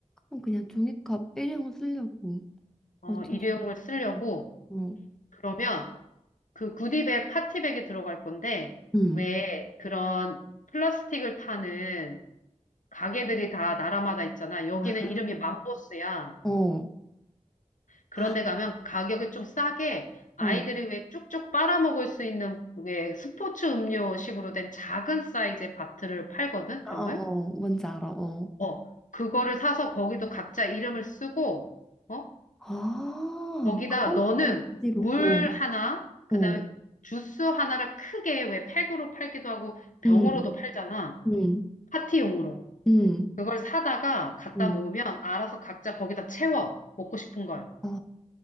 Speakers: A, in the centre; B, on the left (about 85°).
A: 그럼 그냥 종이컵 일회용 쓰려고
B: 어,
A: 어쩔
B: 일회용을
A: 수
B: 쓰려고.
A: 없어. 어,
B: 그러면 그 구디백, 파티백이 들어갈 건데,
A: 응.
B: 왜 그런 플라스틱을 파는 가게들이 다 나라마다 있잖아. 여기는
A: 아,
B: 이름이 맘보스야.
A: 어,
B: 그런데
A: 아,
B: 가면 가격이 좀 싸게 아이들이
A: 어,
B: 왜 쭉쭉 빨아먹을 수 있는 왜 스포츠 음료식으로 된 작은 사이즈의 바트를 팔거든,
A: 아,
B: 병을.
A: 어, 뭔지 알아. 어,
B: 어, 그거를 사서 거기도 각자 이름을 쓰고, 어,
A: 아,
B: 거기다
A: 그것도
B: 너는
A: 어디로?
B: 물
A: 어,
B: 하나, 그다음에
A: 어.
B: 주스 하나를 크게 왜 팩으로 팔기도 하고 병으로도
A: 음,
B: 팔잖아.
A: 음,
B: 파티용으로.
A: 음,
B: 그걸 사다가 갖다
A: 음.
B: 놓으면 알아서 각자 거기다 채워. 먹고 싶은 걸.
A: 어,